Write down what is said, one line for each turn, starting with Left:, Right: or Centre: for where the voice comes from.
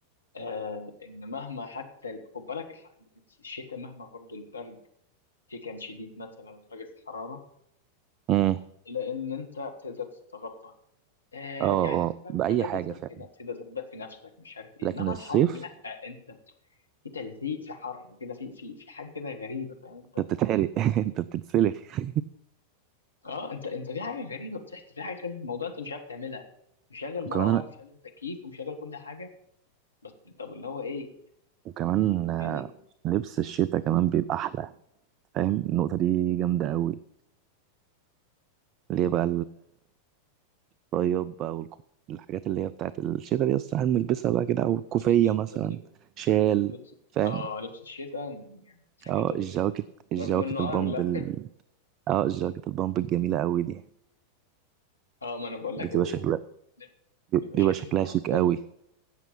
Left: آه إن مهما حتى ال- خد بالك الح- الشتاء مهما برضو البرد فيه كان شديد مثلا درجة الحرارة
Right: امم
Left: إلا إن أنت تقدر تتغطى آه
Right: اه
Left: يعني أنت
Right: اه
Left: فاهم
Right: بأي
Left: أنت تقدر
Right: حاجة
Left: تدفي
Right: فعلا
Left: ن- تقدر تدفي نفسك مش عارف إيه
Right: لكن
Left: إنما
Right: الصيف
Left: الحر لا أنت في تلزيق في حر كده في في في حاجه كده غريبه فاهم انت
Right: انت بتتحرق <laughs> انت بتتسلخ
Left: اه انت انت في حاجه غريبه بتحصل في حاجه كده في الموضوع انت مش عارف تعملها مشغل
Right: <laughs> وكمان
Left: مراوح
Right: انا
Left: مشغل تكييف ومشغل كل حاجه بس طب اللي هو ايه
Right: وكمان آه،
Left: ايه
Right: لبس الشتاء كمان بيبقى احلى فاهم النقطة دي جامدة قوي ليه بقى طيب بقى والكو- الحاجات اللي هي بتاعت الشتا دي بس هنلبسها بقى كده او الكوفية
Left: لبس الش-
Right: مثلا
Left: لبس
Right: شال
Left: لبس
Right: فاهم
Left: اه لبس الشتاء من- يعني الحاجات
Right: اه
Left: ال-
Right: الجواكت الجواكت
Left: رغم انه
Right: البامب
Left: اغلى
Right: ال... اه الجواكت البامب الجميلة قوي دي
Left: اه ما انا بقول
Right: بتبقى
Left: لك و...
Right: شكلها
Left: بيبقى
Right: بيبقى
Left: شكلها
Right: شكلها شيك
Left: افضل
Right: قوي